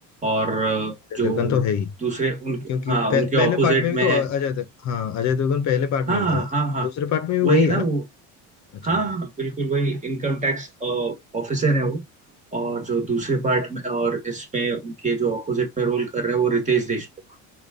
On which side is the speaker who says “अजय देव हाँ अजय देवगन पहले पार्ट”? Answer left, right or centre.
Left